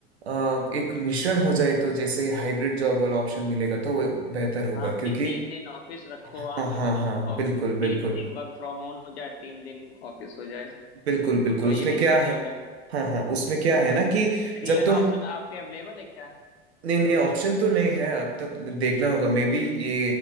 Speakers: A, on the right; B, on the left.
A: अ, एक मिश्रण हो जाए तो जैसे हाइब्रिड जॉब वाला ऑप्शन मिलेगा तो वो बेहतर होगा
B: हाँ
A: क्योंकि
B: कि तीन दिन ऑफिस रखो
A: हाँ
B: आप
A: हाँ हाँ
B: और
A: बिल्कुल बिल्कुल
B: तीन दिन वर्क फ्रॉम होम हो जाए तीन दिन ऑफिस हो जाए
A: बिल्कुल बिल्कुल
B: तो
A: उसमें
B: ये भी
A: क्या
B: सही रहेगा
A: है हाँ हाँ उसमें क्या है ना कि
B: लेकिन
A: जब
B: ये वाला
A: तुम
B: ऑप्शन आपके अवेलेबल है क्या
A: नहीं नहीं ऑप्शन तो नहीं है अब तक देखना होगा मे बी ये